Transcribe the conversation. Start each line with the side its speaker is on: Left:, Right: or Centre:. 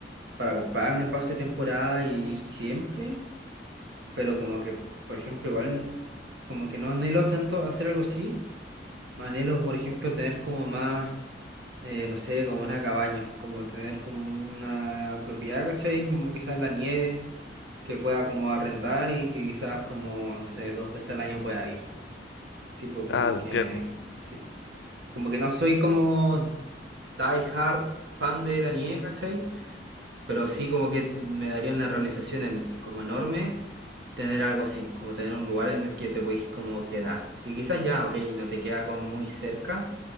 Right: para comprarme el pase de temporada y ir siempre, pero como que, por ejemplo, igual como que no anhelo tanto hacer algo así, anhelo, por ejemplo, tener como más, eh, no sé, como una cabaña, como tener como una propiedad, ¿cachai? Como quizás la nieve, que pueda como arrendar
Left: Mm.
Right: y que quizás como, no sé, dos veces al año pueda ir, tipo como
Left: Ah, te
Right: que,
Left: entiendo.
Right: sí, como que no soy como die hard fan de la nieve, ¿cachai? pero sí como que me daría una realización en- como enorme tener algo así, como tener un lugar en el que te podéis como quedar. Que quizás ya, ok, no te queda como muy cerca